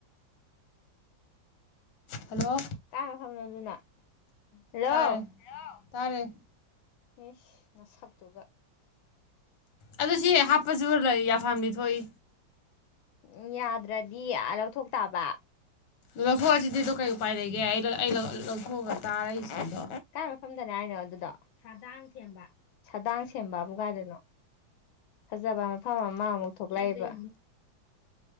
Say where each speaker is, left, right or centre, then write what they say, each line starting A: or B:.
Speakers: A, on the left (about 65°); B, on the left (about 85°).
A: ꯍꯜꯂꯣ
B: ꯀꯥꯏ ꯃꯐꯝꯅꯣ ꯑꯗꯨꯅ ꯍꯜꯂꯣ
A: ꯇꯥꯔꯦ ꯇꯥꯔꯦ
B: ꯏꯁ ꯅꯁꯛꯇꯨꯒ
A: ꯑꯗꯨ ꯁꯤ ꯍꯥꯞꯄꯁꯨ ꯂꯩ ꯌꯥꯐꯝꯗꯤ ꯊꯣꯛꯏ
B: ꯎꯝ ꯌꯥꯗ꯭ꯔꯗꯤ ꯂꯧꯊꯣꯛ ꯇꯥꯕ
A: ꯂꯧꯊꯣꯛ ꯑꯁꯤꯗꯤ ꯑꯗꯣ ꯀꯩ ꯎꯄꯥꯏ ꯂꯩꯒꯦ ꯑꯩꯩ ꯑꯩ ꯂꯧꯊꯣꯛꯑꯒ ꯇꯥꯔꯛꯏꯁꯤꯗꯤ ꯑꯗꯣ
B: ꯀꯥꯏ ꯃꯐꯝꯗꯅꯦ ꯍꯥꯏꯅꯣ ꯑꯗꯨꯗꯣ ꯁꯥꯗꯥꯡ ꯁꯦꯝꯕ ꯁꯥꯗꯥꯡ ꯁꯦꯝꯕꯕꯨ ꯀꯥꯏꯗꯅꯣ ꯐꯖꯕ ꯃꯐꯝ ꯑꯃ ꯑꯃꯨꯛ ꯊꯣꯛꯂꯛꯏꯕ